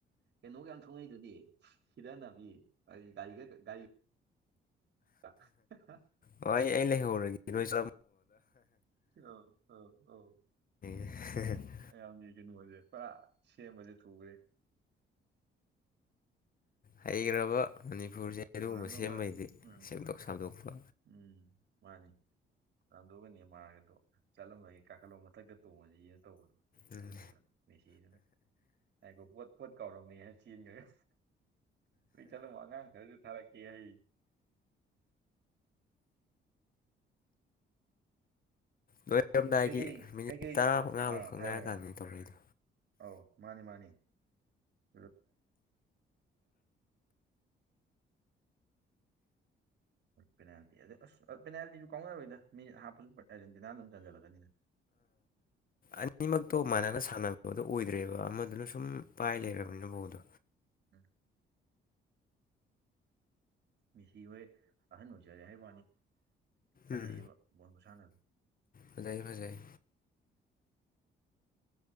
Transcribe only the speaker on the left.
ꯍꯣ ꯑꯩ ꯂꯩꯍꯧꯔꯒꯦ ꯅꯣꯏ ꯆ
<unintelligible>
ꯍꯩꯈ꯭ꯔꯕ ꯃꯅꯤꯄꯨꯔꯁꯦ ꯑꯗꯨꯒꯨꯝꯕ
ꯁꯦꯝꯕꯩꯗꯤ
ꯁꯦꯝꯗꯣꯛ ꯁꯥꯗꯣꯛꯄ
ꯎꯝ
ꯂꯣꯏꯔꯝꯗꯥꯏꯒꯤ
ꯃꯤꯅꯤꯠ
ꯇꯔꯥꯃꯉꯥꯃꯨꯛꯈꯛ
ꯉꯥꯏꯔꯀꯥꯟꯗꯅꯤ
ꯇꯧꯔꯛꯏꯗꯣ
ꯑꯅꯤꯃꯛꯇꯣ ꯃꯥꯟꯅꯅ ꯁꯥꯟꯅꯕꯗꯣ ꯑꯣꯏꯗ꯭ꯔꯦꯕ ꯑꯃꯗꯨꯅ ꯁꯨꯝ ꯄꯥꯏ
ꯂꯩꯔꯕꯅꯤꯅ ꯕꯣꯜꯗꯣ
ꯎꯝ
ꯐꯖꯩ ꯐꯖꯩ